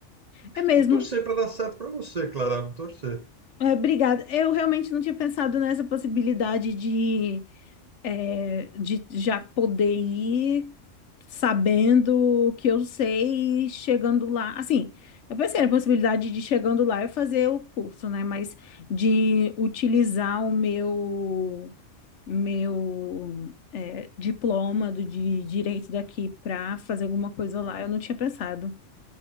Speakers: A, on the left; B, on the right.
A: é mesmo.
B: Vou torcer para dar certo para você, Clara, vou torcer.
A: É, obrigada. Eu realmente não tinha pensado nessa possibilidade de, é, de já poder ir sabendo o que eu sei e chegando lá. Assim, eu pensei na possibilidade de chegando lá eu fazer o curso, né? Mas de utilizar o meu, meu, é, diploma do, de direito daqui para fazer alguma coisa lá, eu não tinha pensado.